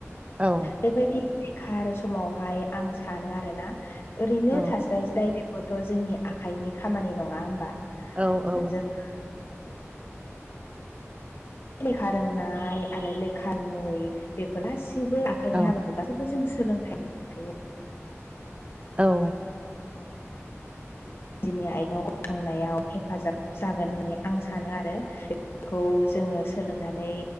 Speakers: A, on the right; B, on the left.
A: औ
B: बेबायदि बेखार समावहाय आं सानो आरोना ओरैनो
A: औ
B: थास्लाय स्लाय खौथ' जोंनि आखाइनि खामानि नङा होमबा
A: औ औ
B: जोङो लेखा रोंनाय आरो लेखा रोङै बेफोर गासैबो आखाइनि
A: औ
B: हाबाखौ गासैबो जों सोलोंथाइ लायो
A: औ
B: दिनि आथिंआव गसंनायाव हेफाजाब जागोन होननानै आं सानो आरो खौ जोङो सोलोंनानै